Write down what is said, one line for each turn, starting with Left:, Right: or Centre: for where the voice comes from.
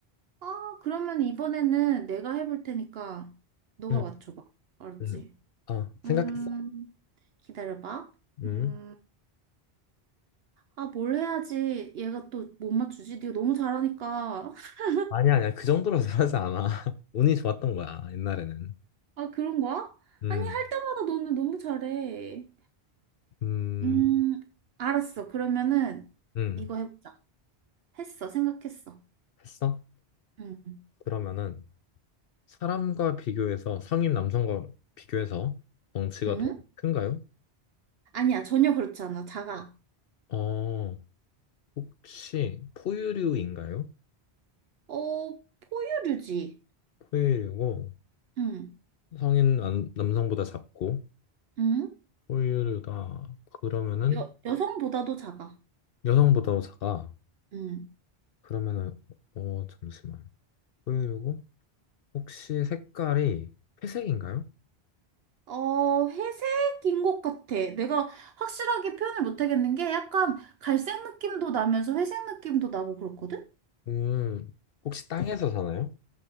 Right: 아, 그러면 이번에는 내가 해볼 테니까 너가
Left: 음,
Right: 맞춰봐. 알았지?
Left: 음. 아, 생각했어?
Right: 음, 기다려봐.
Left: 음.
Right: 음, 아, 뭘 해야지. 얘가 또 못 맞추지? 네가 너무 잘하니까. <laughs>
Left: 아니야, 아니야. 그 정도로 잘하지 않아. <laughs> 운이 좋았던 거야, 옛날에는.
Right: 아, 그런 거야?
Left: 음,
Right: 아니, 할 때마다 너는 너무 잘해.
Left: 음,
Right: 음, 알았어. 그러면은
Left: 음.
Right: 이거 해보자. 했어. 생각했어.
Left: 했어?
Right: 응.
Left: 그러면은 사람과 비교해서 성인 남성과 비교해서 덩치가
Right: 응?
Left: 더 큰가요?
Right: 아니야. 전혀 그렇지 않아. 작아.
Left: 어, 혹시 포유류인가요?
Right: 어, 포유류지.
Left: 포유류고
Right: 응.
Left: 성인 남- 남성보다 작고
Right: 응?
Left: 호유류다. 그러면은
Right: 여, 여성보다도 작아.
Left: 여성보다 작아.
Right: 응.
Left: 그러면은 어 잠시만. 호유류고 혹시 색깔이 회색인가요?
Right: 어, 회색인 것 같아. 내가 확실하게 표현을 못 하겠는 게 약간 갈색 느낌도 나면서 회색 느낌도 나고 그렇거든?
Left: 음 혹시 땅에서 사나요?